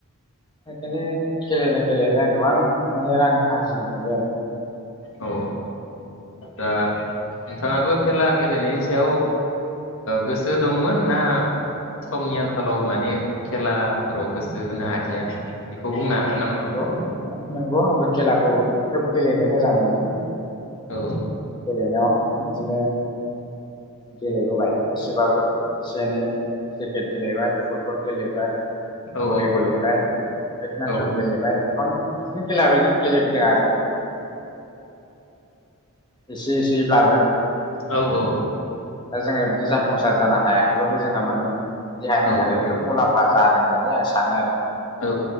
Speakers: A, on the left; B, on the left.
A: बेखायनो गेलेनाय गेलेनाया गोबां माने रां आरजिनो हायो आरो
B: औ दा नोंथाङाबो खेला गेलेनायनि सायाव गोसो दंमोन ना समनि आंखालाव माने खेलाफोराव गोसो होनो हादिया बे खौ बुंनो हागोन नामा नोंथां
A: नंगौ नंगौ आंबो खेलाखौ खोब गेलेनो मोजां मोनो
B: औ
A: गेलेनायाव बिदिनो गेलेबोबाय एसेबाबो एसे एनै क्रिकेट गेलेबाय फुटबल गेलेब बाय,
B: औ
A: भलि गेलेबाय, बेदमिन्टन
B: औ
A: गेलेबाय गोबां बिदिनो <unintelligible> गेलेबोदों आरो एसे एसेब्लाबो
B: औ औ
A: दा जोङो बिदि जाफ संसार जानो हायाखैबाबो जोंहा माने देहानि
B: औ
A: थाखाय
B: ओरैनो
A: खोब मुलाम्फा जादों होननानै आं सा सानो आरो
B: औ